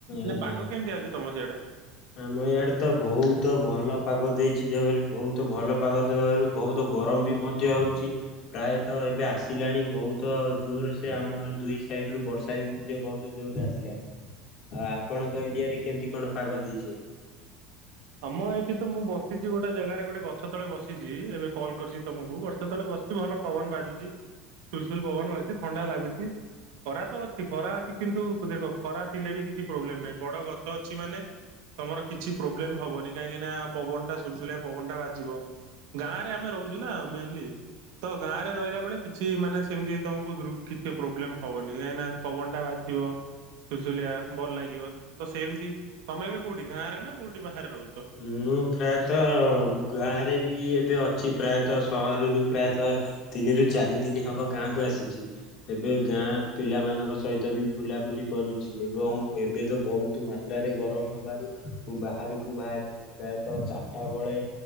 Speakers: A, on the left (about 45°); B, on the right (about 75°).
A: ଆଜ୍ଞା।
B: ନା ପାଗ କେମିତି ଅଛି ତମ ସିଆଡା?
A: ଆମ ୟଆଡେ ତ ବହୁତ ଭଲ ପାଗ ଦେଇ ଛି ବହୁତ ଭଲ ପାଗ ଦେବାରୁ ବହୁତ ଗରମ ବି ମଧ୍ୟ ହଉଛି ପ୍ରାୟତଃ ଏବେ ଆସି ଆସିଲାଣି ବହୁତ ଜୋର ସେ ଆମର ଦୁଇ ସାଇଡ ରୁ ବର୍ଷା ବି ମଧ୍ୟ ବହୁତ ଜୋରରେ ଆସିଲାଣି ଆଉ ଆପଣଙ୍କ ଏରିଆରେ କେମିତି କ'ଣ ପାଗ ଦେଇଛନ୍ତି?
B: ଆମ ଏଇଠି ତ ମୁଁ ବସିଛି ଗୋଟେ ଜାଗାରେ ଗୋଟେ ଗଛ ତଳେ ବସିଛି ଏବେ କଲ୍ କରିଛି ତମକୁ ଗଛ ତଳେ ବସିଛି ଭଲ ପବନ ବାଜୁଛି ସୁଲସୁଲ ପବନ ବାଜୁଛି ଥଣ୍ଡା ଲାଗୁଛି। ଖରା ତ ଅଛି ଖରା ଅଛି କିନ୍ତୁ ଦେଖ ଖରା ଥିଲେ ବି କିଛି ପ୍ରୋବ୍ଲେମ ନାହିଁ ବଡ ଗଛ ଅଛି ମାନେ ତମର କିଛି ପ୍ରୋବ୍ଲେମ ହବନି କାହିଁକି ନା ପବନ ଟା ସୁଲସୁଲିଆ ପବନ ଟା ବାଜିବ। ଗାଁ ରେ ଆମେ ରହୁଛୁ ନା ମେନଲି। ତ ଗାଁ ରେ ରହିଲା ବେଳେ କିଛି ମାନେ ସେମିତି ତମକୁ ଦୃ କିଛି ପ୍ରୋବ୍ଲେମ ହବନି କାହିଁକି ନା ପବନ ଟା ବାଜିବ। ସୁଲସୁଲିଆ ଭଲ ଲାଗିବ ତ ସେମିତି ତମେ ବି କୋଉଠି ଗାଁ ରେ ନା କୋଉଠି ବାହାରେ ରହୁଛ?
A: ମୁଁ ପ୍ରାୟତଃ ଗାଁରେ ବି ଏବେ ଅଛି ପ୍ରାୟତଃ ସହରରୁ ପ୍ରାୟତଃ ତିନିରୁ ଚାରି ଦିନ ହବ ଗାଁକୁ ଆସିଛି। ଏବେ ଗାଁ ପିଲାମାନଙ୍କ ସହିତ ବି ବୁଲାବୁଲି କରୁଛି। ଏବଂ ଏବେ ତ ବହୁତ ମାତ୍ରାରେ ଗରମ ହବାରୁ ମୁଁ ବାହାରୁକୁ ବାହାରିନି ପ୍ରାୟତ ଚାରିଟା ବେଳେ